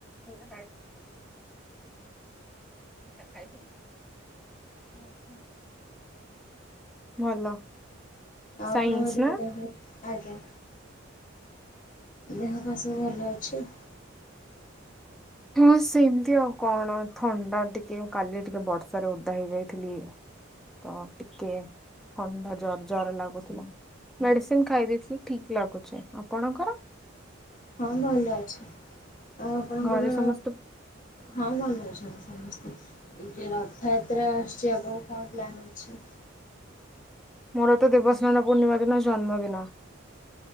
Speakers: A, in the centre; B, on the left.
A: ଉୁଁ ହୁଁ।
B: <unintelligible>
A: ଭଲ।
B: ଆଉ
A: ସାଇନ୍ସ
B: ଆପଣଙ୍କ
A: ନା?
B: ଦେହ କେମିତି ଅଛି, ଆଜ୍ଞା। ଦେହ ପା ସବୁ ଭଲ ଅଛି?
A: ହଁ ସେମିତି ଆଉ କଣ ଥଣ୍ଡା ଟିକେ କାଲି ଟିକେ ବର୍ଷାରେ ଓଦା ହେଇଯାଇଥିଲି। ତ ଟିକେ ଥଣ୍ଡା ଜର ଜର ଲାଗୁଥିଲା। ମେଡିସିନ୍ ଖାଇ ଦେଇଥିଲି ଠିକ୍ ଲାଗୁଛି, ଆପଣଙ୍କର?
B: ହଁ ଭଲ ଅଛି ଆଉ ଆପଣଙ୍କର
A: ଘରେ ସମସ୍ତେ
B: ହଁ ଭଲଉଛନ୍ତି ସମସ୍ତେ ଏ ରଥଯାତ୍ରା ଆସୁଛି ଆଗକୁ କଣ ପ୍ଲାନ୍ ଅଛି?
A: ମୋର ତ ଦେବସ୍ନାନ ପୂର୍ଣିମାର ଦିନ ଜନ୍ମଦିନ।